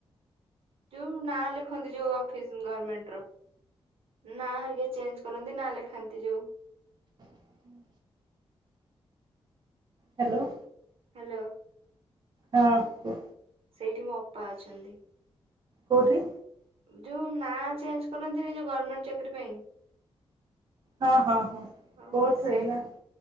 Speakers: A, on the right; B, on the right.
A: ଯୋଉ ନାଁ ଲେଖନ୍ତି ଯୋଉ ଅଫିସ ଗମେଣ୍ଟ ର ନାରିକ ଚେଞ୍ଜ କରନ୍ତି ନା ଲେଖା ଖାନ୍ତି ଯୋଉ
B: ହୁଁ। ହ୍ୟାଲୋ।
A: ହ୍ୟାଲୋ।
B: ହଁ
A: ସେଇଠି ମୋ ଅପା ଅଛନ୍ତି
B: କଉଠି
A: ଯୋଉ ନାଁ ଚେଞ୍ଜ କରନ୍ତିନି ଯୋଉ ଗଭର୍ଣମେଣ୍ଟ ଚାକିରୀ ପାଇଁ
B: ହଁ ହଁ ହଁ
A: ଅ,
B: କୋର୍ଟରେ
A: ସେ
B: ନା